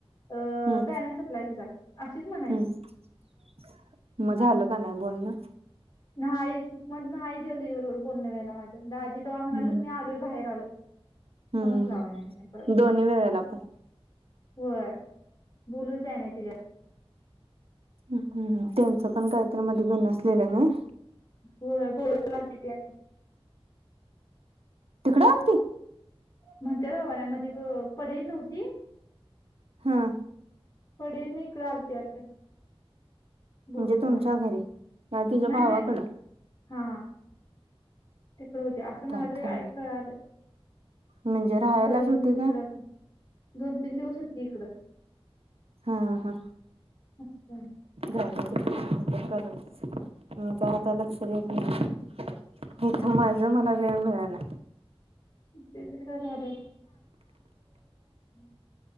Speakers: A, on the left; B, on the right.
A: अ
B: हम्म
A: बॅलन्स सप्लाय तिचा. अशीच म्हणायची
B: हम्म, म झालं का नाही बोलणं.
A: नाहीच मग नाही चंदी बरोबर बोलण व्हायला माझं दाजी तेव्हा म्हणाल
B: हम्म
A: मी आलोय बाहेर आलोय.
B: हम्म
A: फोनणच लावाला नाही त्यानी परत.
B: हम्म दोन्ही वेळेला पण
A: होय बोलूच दयाना न्हाय तिझ्या
B: हम् त्यांच पण काहीतरी मध्ये बिणसलेलं नाही.
A: होय बोलय लालते आणि,
B: तिकडें आती.
A: म्हणते हवानामध्ये पडेल नव्हती.
B: हां.
A: पडे तण हिकडं आलती वाढत. बोरुड्याला
B: म्हणजे तुमच्या घरी या तुझ्या भावाकडं
A: नाही नाही हा. तिकड होती असं मला
B: काय
A: तरी
B: खरं
A: आय कळालं.
B: म्हणजे राहायलाच
A: पडवीसन
B: होते काय
A: तिकड आलती दोन तीन दिवस होती इकडं.
B: हा हा
A: असं झालं
B: जाऊ दे. काही तरी करतायच, मी तर आता लक्ष देत नाही. इथं माझ मला वेळ मिळेला.
A: ते तरी काय झालंच हम् <inaudible>